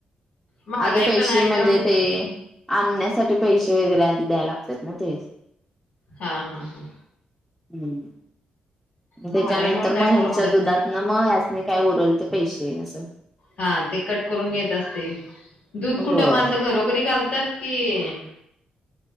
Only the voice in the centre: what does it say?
आधी पैसे
म्हणजे
ते आणण्यासाठी पैसे वगैरे आधी द्याय लागतात ना ते
हम्म
त्याच्यानंतर मग
ह्यांच्या
दुधात
ना मग ह्या सनी काय ऊरलेत. पैसे असंल
होय.